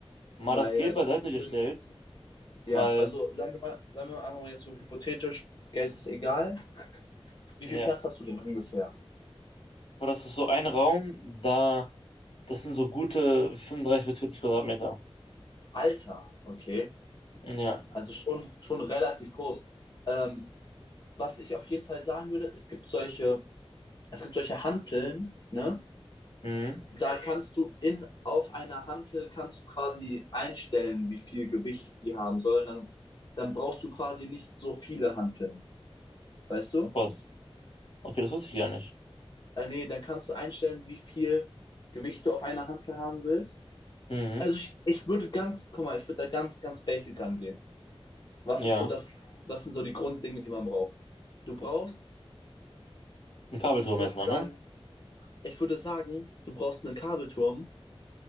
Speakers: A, on the left; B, on the left.
A: mal
B: Weil
A: das Geld
B: äh,
A: beiseite
B: es gibt natürlich,
A: gestellt, weil,
B: ja, also sagen wir mal, sagen wir mal einfach mal jetzt so hypothetisch, Geld ist egal. Wie
A: ja.
B: viel Platz hast du denn ungefähr?
A: Boah, das ist so ein Raum, da, das sind so gute 35 bis 40 Quadratmeter.
B: Alter, okay.
A: Hm, Ja.
B: Also schon, schon relativ groß. Ähm, was ich auf jeden Fall sagen würde, es gibt solche, es gibt solche Hanteln, ne?
A: Mhm.
B: Da kannst du in, auf einer Hantel kannst du quasi einstellen, wie viel Gewicht die haben sollen. Dann, dann brauchst du quasi nicht so viele Hanteln. Weißt du?
A: Was? Okay, das wusste ich gar nicht.
B: Äh, nee, dann kannst du einstellen, wie viel Gewicht du auf einer Hantel haben willst.
A: Mhm.
B: Also ich, ich würde ganz, guck mal, ich würde da ganz, ganz basic rangehen. Was
A: Ja.
B: ist so das, was sind so die Grunddinge, die man braucht? Du brauchst,
A: Ein Kabelturm
B: ich würde
A: erstmal,
B: sagen,
A: ne?
B: ich würde sagen, du brauchst einen Kabelturm,